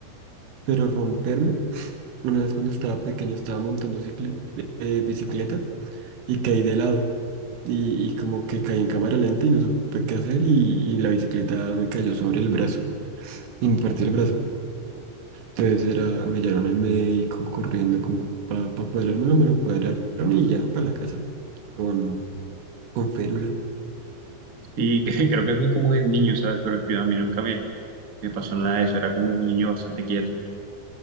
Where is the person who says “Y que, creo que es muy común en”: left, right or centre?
Right